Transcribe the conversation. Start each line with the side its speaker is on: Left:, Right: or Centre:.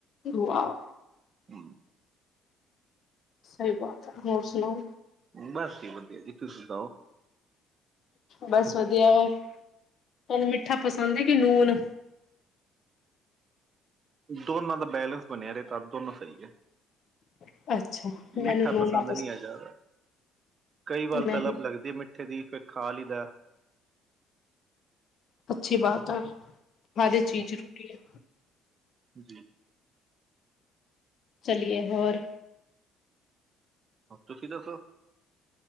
Left: ਵਾਓ।
Right: <unintelligible>
Left: ਸਹੀ ਬਾਤ ਹੈ ਹੋਰ ਸੁਣਾਓ
Right: ਬੱਸ ਜੀ ਵਧੀਆ ਜੀ ਤੁਸੀਂ ਸੁਣਾਓ
Left: ਬਸ ਵਧੀਆ ਹੋਰ ਤੈਨੂੰ ਮਿੱਠਾ ਪਸੰਦ ਹੈ ਕਿ ਲੂਣ
Right: ਦੋਨਾਂ ਦਾ ਬੈਲੇੈਂਸ ਬਣਿਆ ਰਹੇ ਤਦ ਦੋਨੋਂ ਸਹੀ ਹੈ
Left: <unintelligible> ਮੈਨੂੰ
Right: ਮਿੱਠਾ
Left: ਨੂਨ
Right: ਪਸੰਦ
Left: ਨਾ
Right: ਨਹੀਂ ਆ ਜਾਿਆਦਾ ਕਈ ਵਾਰ
Left: ਮੈਨੂੰ
Right: ਤਲਬ ਲੱਗਦੀ ਹੈ ਮਿੱਠ ਉਥੇ ਦੀ ਫਿਰ ਖਾ ਲਈਦਾ
Left: ਅੱਛੀ ਬਾਤ ਆ ਹਰ
Right: ਹੂੰ
Left: ਚੀਜ਼ ਰੁਕੀ ਹੈ
Right: ਜੀ
Left: ਚਲੀਏ ਹੋਰ
Right: ਤੁਸੀਂ ਦੱਸੋ